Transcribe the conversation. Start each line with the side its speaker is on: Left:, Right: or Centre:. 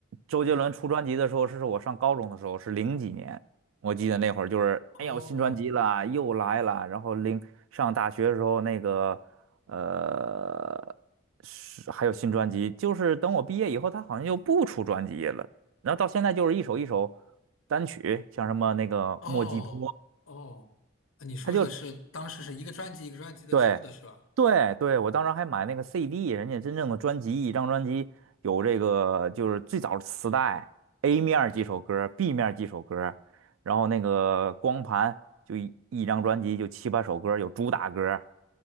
Right: 周杰伦出专辑的时候是我上高中的时候，
Left: 嗯
Right: 是零几年，我记得那会儿就是，
Left: 哦。
Right: 哎呀我新专辑了，又来了。然后零上大学的时候，那个呃，是还有新专辑，就是等我毕业以后，他好像又不出专辑了。然后到现在就是一首一首单曲，像什么那个莫吉托，
Left: 哦哦，呃你说的是当时是一个专辑一个专辑的出的是吧？
Right: 他就。对，对，对，我当时还买那个 CD，人家真正的专辑，一张专辑有这个就是最早的磁带，A 面儿几首歌儿 b 面儿几首歌儿然后那个光盘就一一张专辑就七八首歌儿有主打歌儿